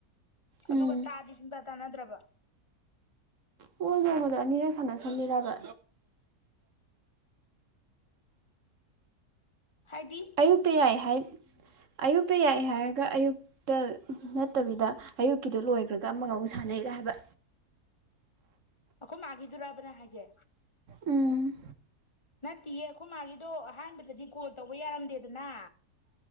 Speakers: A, on the right; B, on the left.
A: ꯎꯝ
B: ꯑꯗꯨꯒ ꯇꯥꯗꯤ ꯁꯤꯡ ꯇꯥꯟꯅꯗ꯭ꯔꯕ
A: ꯍꯣꯏ ꯃꯣꯡꯃꯗ ꯑꯅꯤꯔ ꯁꯥꯟꯅ ꯁꯥꯟꯅꯤꯔꯕ
B: ꯍꯥꯏꯗꯤ
A: ꯑꯌꯨꯛꯇ ꯌꯥꯏ ꯍꯥꯏ ꯑꯌꯨꯛꯇ ꯌꯥꯏꯑꯦ ꯍꯥꯏꯔꯒ ꯑꯌꯨꯛꯇ ꯅꯠꯇꯕꯤꯗ ꯑꯌꯨꯛꯀꯤꯗꯨ ꯂꯣꯏꯈ꯭ꯔꯒ ꯑꯃꯒ ꯑꯃꯨꯛ ꯁꯥꯟꯅꯩꯔ ꯍꯥꯏꯕ
B: ꯑꯩꯈꯣꯏ ꯃꯥꯈꯤꯗꯔꯕꯅꯦ ꯍꯥꯏꯁꯦ
A: ꯎꯝ
B: ꯅꯠꯇꯦꯌꯦ ꯑꯩꯈꯣꯏ ꯃꯥꯒꯤꯗꯣ ꯑꯍꯥꯟꯕꯗꯗꯤ ꯀꯣꯜ ꯇꯧꯕ ꯌꯥꯔꯝꯗꯦꯗꯅ